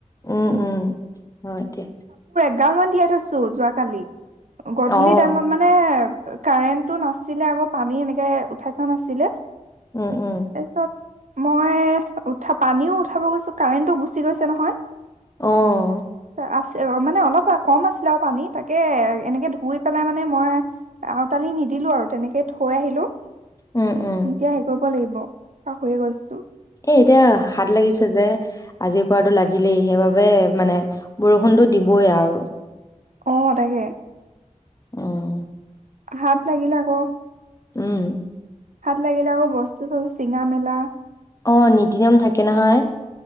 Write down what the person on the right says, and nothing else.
এগালমান তিৱাই থৈছো যোৱাকাঁলি গধূলি
টাইমত মানে কাৰেণ্টটো নাছিলে আকৌ পানী এনেকে উঠাই থোৱা নাছিলে।
তাৰপিছত মই উঠা পানীও উঠাব গৈছো কাৰেণ্টো গুচি গৈছে নহয়।
আছে মানে অলপ কম আছিলে আও পানী তাকে তাকে এনেকে ধুই পেলাই মানে মই আউতালি নিদিলো আৰু তেনেকে থৈ আহিলোঁ।
এতিয়া হেৰি কৰিব লাগিব। পাহৰি এ গৈছিলোঁ
অ তাকে।
হাত লাগিল আকৌ
ভাত লাগিলে আকৌ বস্তু চছ চিঙামেলা